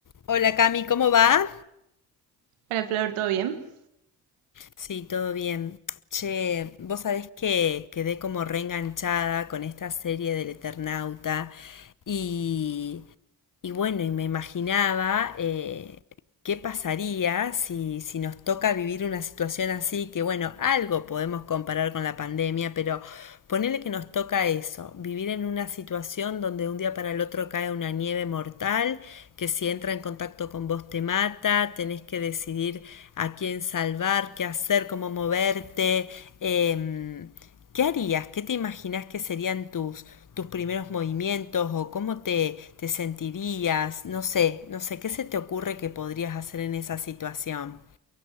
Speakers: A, on the left; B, on the right.
A: Hola Cami, ¿cómo va?
B: Hola Flor, ¿todo bien?
A: Sí, todo bien. Che, vos sabés que quedé como reenganchada con esta serie del Eternauta y Y bueno, y me imaginaba eh, qué pasaría si, si nos toca vivir una situación así, que bueno, algo podemos comparar con la pandemia, pero ponele que nos toca eso, vivir en una situación donde un día para el otro cae una nieve mortal, que si entra en contacto con vos te mata, tenés que decidir a quién salvar, qué hacer, cómo moverte. em, ¿Qué harías? ¿Qué te imaginas que serían tus, tus primeros movimientos o cómo te, te sentirías? No sé, no sé, ¿qué se te ocurre que podrías hacer en esa situación?